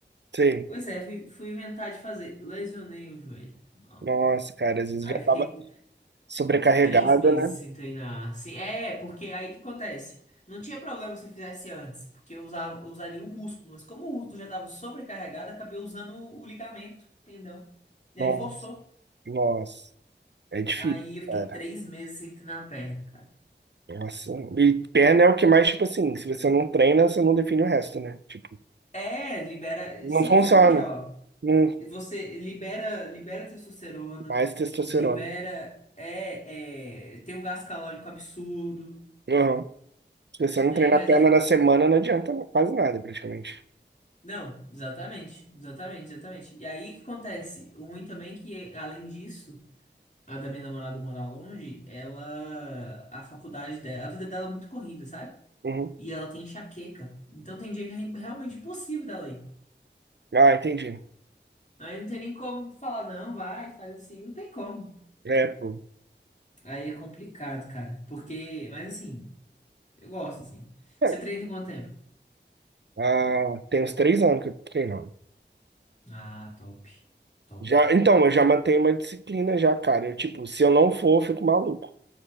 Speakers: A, on the right; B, on the left.
A: Sei.
B: Pois é, fui, fui inventar de fazer. Lesionei o joelho. Ó.
A: Nossa, cara, às vezes
B: Aí
A: já
B: fiquei
A: tava sobrecarregada,
B: Três meses
A: né?
B: sem treinar. Sim, é, porque aí o que acontece? Não tinha problema se eu fizesse antes, porque eu usava, eu usaria o músculo, mas como o músculo já estava sobrecarregado, acabei usando o, o ligamento, tendão. E
A: Nossa,
B: aí forçou.
A: nossa. É difícil,
B: Aí eu fiquei
A: cara.
B: três meses sem treinar a perna, cara.
A: Nossa. E perna é o que mais, tipo assim, se você não treina, você não define o resto, né? Tipo,
B: É, libera.
A: não
B: Sim,
A: funciona.
B: exatamente, ó.
A: Hum,
B: Você libera, libera testosterona,
A: mais testosterona.
B: libera. É, é, tem um gasto calórico absurdo,
A: Uhum. Se você não
B: né?
A: treinar
B: Mas
A: a perna na semana, não adianta quase nada, praticamente.
B: Não, exatamente, exatamente, exatamente. E aí o que acontece? O ruim também é que, além disso, a da minha namorada morar longe, ela, a faculdade dela, a vida dela é muito corrida, sabe?
A: Uhum.
B: E ela tem enxaqueca. Então tem dia que é realmente impossível dela ir.
A: Ah, entendi.
B: Aí não tem nem como falar, não, vai, faz assim, não tem como.
A: É, pô.
B: Aí é complicado, cara. Porque, mas assim, eu gosto assim.
A: É.
B: Você treina em quanto tempo?
A: Ah, tem uns três anos que eu tô treinando.
B: Ah, top, top.
A: Já, então, eu já mantenho uma disciplina já, cara. Eu, tipo, se eu não for, eu fico maluco.